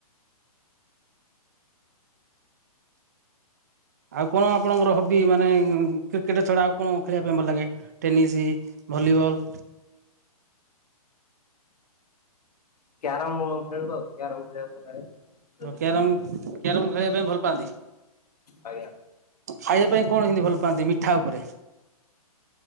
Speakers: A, on the right; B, on the left.
A: ଆଉ କଣ ଆପଣଙ୍କର ହବି। ମାନେ କ୍ରିକେଟ ଛଡା ଆଉ କଣ ଖେଳିବା ପାଇଁ ଭଲ ଲାଗେ? Tennis volleyball.
B: କ୍ୟାରମ ଭଲ ଖେଳୁ ଆଉ। କ୍ୟାରମ ଖେଳିଆକୁ ଭଲ ଲାଗେ।
A: କ୍ୟାରମ
B: ଯଦି
A: କ୍ୟାରମ ଖେଳିବା ପାଇଁ ଭଲ ପାଆନ୍ତି?
B: ଆଜ୍ଞା
A: ଖାଇବା ପାଇଁ କଣ ହେମିତି ଭଲ ପାଆନ୍ତି ମିଠା ଉପରେ?